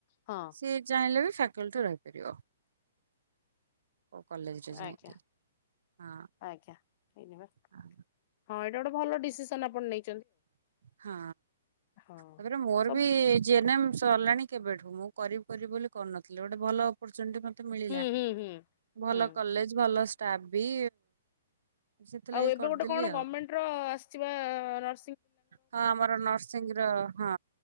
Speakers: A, on the left (about 35°); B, on the right (about 75°).
A: ହଁ
B: ସିଏ ଚାହିଁଲେ ବି କିନ୍ତୁ କହିପାରିବ। କଲେଜରେ ଯାଇକି
A: ଆଜ୍ଞା
B: ହଁ
A: ଆଜ୍ଞା। ହେଇନି ବା
B: ହଁ।
A: ହଁ ଏଇଟା ଗୋଟେ ଭଲ ଡିସିସନ୍ ଆପଣ ନେଇ
B: ହଁ
A: ହଁ
B: ତାପରେ ମୋର
A: ସବୁ
B: ବି ଜି ଏନ୍ ଏମ୍ ସରିଲାଣି କେବେଠୁ ମୁଁ କରିବି କରିବି ବୋଲି କରିୁନଥିଲି ଗୋଟେ ଭଲ ଓପୁର୍ତୁନିଟି ମତେ ମିଳିଲା
A: ହୁଁ ହୁଁ ହୁଁ।
B: ଭଲ
A: ହୁଁ
B: କଲେଜ୍ ଭଲ ଷ୍ଟାପ ବି ସେଥିଲାଗି
A: ଆଉ ଏବେ
B: କରିଦେଲି
A: ଗୋଟେ କଣ ଗଭର୍ଣ୍ଣମେଣ୍ଟ୍
B: ଆଉ
A: ର ଆସିଛିବା ନର
B: ହଁ ଆମର ନରସିଂ ର ହଁ।